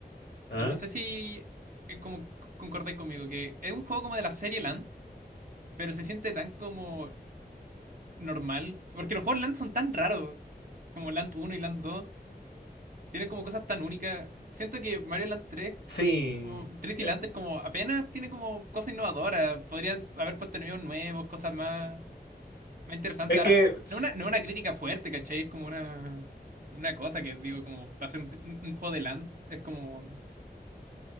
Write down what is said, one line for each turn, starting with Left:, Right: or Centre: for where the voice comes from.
Left: ¿Ah?
Right: Y no sé si eh, como concordáis conmigo, que es un juego como de la serie LAN pero se siente tan como normal, porque los juegos Land son tan raros, como Land uno y Land 2 tienen como cosas tan únicas. Siento que Mario Land tres
Left: Sí.
Right: como, 3
Left: Eh,
Right: y Land es como apenas tiene como cosas innovadoras, podría haber puesto enemigos nuevos, cosas más, más interesantes.
Left: Es
Right: Ahora,
Left: que
Right: no
Left: s-
Right: una, no una crítica fuerte, ¿cachai? Es como una, una cosa que digo, como para hacer un, un- un juego de Land, es como